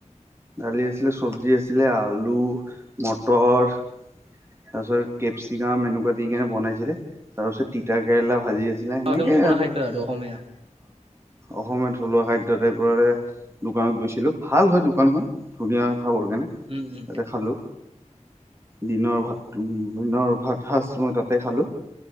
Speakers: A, on the right (about 20°); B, on the right (about 50°).
A: দালি আছিলে চব্জি আছিলে আলু মটৰ তাৰ পিছত কেপচিকাম এনেকুৱা দি কিনে বনাইছিলে তাৰ পিছত তিতা কেৰেলা ভাজি আ <unintelligible> দিলে সেনেকেই
B: অ একদম থলুৱা
A: আৰু
B: খাদ্য অসমীয়া
A: অসমীয়া থলুৱা খাদ্য টাইপৰে - দোকানত গৈছিলো ভাল হয় দোকানখন ধুনীয়া খাবৰ কাৰণে
B: উম
A: -
B: উম
A: তাতে খালো দিনৰ ভাত - উম দিনৰ ভাত সাজ মই তাতে খালো,